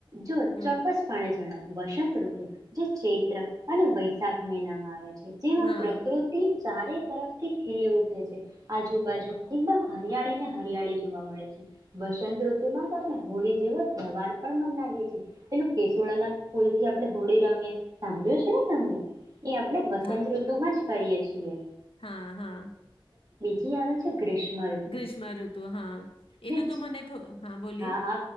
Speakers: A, on the right; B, on the left.
A: જો
B: હમ
A: ચોક્કસ પાણે જણાવ વસંતઋતુ જે ચૈત્ર અને વૈશાખ મહિનામાં આવે છે. જેમાં
B: હા
A: પ્રકૃતિ ચારે તરફથી ખીલી ઉઠે છે, આજુબાજુ એકદમ હરિયાળી ને હરિયાળી જોવા મળે છે, વસંત ઋતુમાં તો આપણે હોળી જેવ તહેવાર પણ મનાવીએ છીએ પેલું કેસુડાના ફૂલ થી આપણે હોળી રમીએ સાંભળ્યું છે, ને તમને. કે આપણે વસંત
B: હા
A: ઋતુમાં જ કરીએ છીએ.
B: હા હા.
A: જે આવે છે ગ્રીષ્મ ઋતુ
B: ગ્રીષ્મ ઋતુ હા એનું
A: જે
B: તો મને થો હા બોલીએ
A: હા